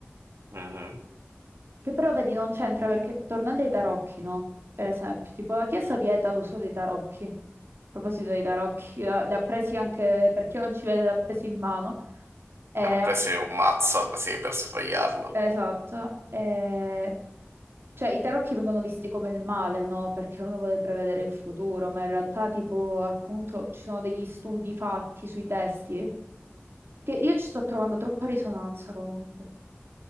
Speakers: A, on the right; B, on the right.
A: Mhm.
B: Che però, vedi, non c'entra perché, tornando ai tarocchi, no? Per esempio, tipo la Chiesa vieta l'uso dei tarocchi. A proposito dei tarocchi, la- li ha presi anche, per chi non ci vede, li ha presi in mano. E
A: Ne ho preso un mazzo così per sfogliarlo.
B: Esatto, eh, cioè i tarocchi vengono visti come il male, no? Perché uno vuole prevedere il futuro, ma in realtà tipo appunto ci sono degli studi fatti sui testi che io ci sto trovando troppa risonanza comunque,